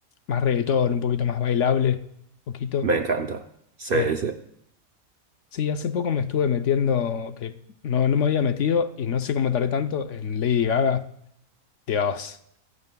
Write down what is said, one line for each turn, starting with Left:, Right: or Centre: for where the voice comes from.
Left: más reggaetón, un poquito más bailable, poquito.
Right: Me encanta. Sí,
Left: Sí.
Right: sí.
Left: Sí, hace poco me estuve metiendo, que no, no me había metido y no sé cómo tardé tanto en Lady Gaga. Dios,